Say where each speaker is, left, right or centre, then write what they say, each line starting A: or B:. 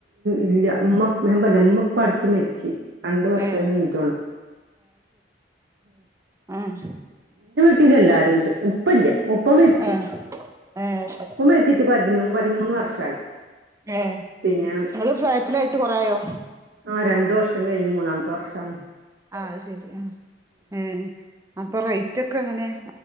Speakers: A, on the right; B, on the right.
A: ഇല്ല. ഇമ്മ പ്പ ഞാൻ പറഞ്ഞിലെ ഇമ്മ പ്പടുത്ത മരിച്ച്, രണ്ട് വർഷം
B: ഏഹ്
A: കഴിഞ്ഞിട്ടള്ളൂ.
B: ആഹ
A: വീട്ടിൽ എല്ലാരും ഉണ്ട്. ഉപ്പ ഇല്ല ഉപ്പ മരിച്ച്.
B: ഏഹ് ഏഹ്
A: ഉപ്പ മരിച്ചിട്ട് പതിമൂന്ന് കൊല്ല വർഷായി
B: ഏ
A: പിന്നെ
B: ഇങ്ങൾ ഫ്ലാറ്റ് ൽ ആയിട്ട് കുറായോ
A: ആ രണ്ട വർഷം കഴിഞ്ഞ് മൂന്നാമത്തെ വർഷണ്
B: ആ ശരി ആ ഏ അപ്പൊ റേറ്റ് ഒക്കെ എങ്ങനെയ